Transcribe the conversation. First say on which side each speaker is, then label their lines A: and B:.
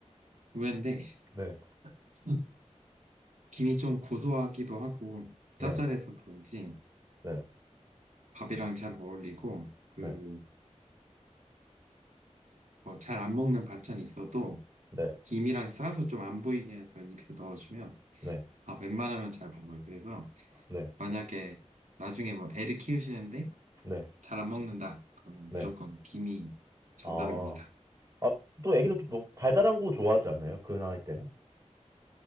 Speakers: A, on the right; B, on the right.
A: 의외인데,
B: 네,
A: <laughs> 김이 좀 고소하기도 하고,
B: 네,
A: 짭짤해서 그런지,
B: 네.
A: 밥이랑 잘 어울리고, 그,
B: 네.
A: 어, 잘안 먹는 반찬이 있어도,
B: 네.
A: 김이랑 싸서 좀 안 보이게 해서 입에 넣어주면,
B: 네.
A: 아, 웬만하면 잘 먹어요. 그래서,
B: 네.
A: 만약에 나중에 뭐 애를 키우시는데,
B: 네.
A: 잘 안 먹는다. 그럼
B: 네.
A: 무조건 김이 정답입니다.
B: 아. 아, 또 애기들 뭐 달달한 거 좋아하지 않나요? 그 나이 때는?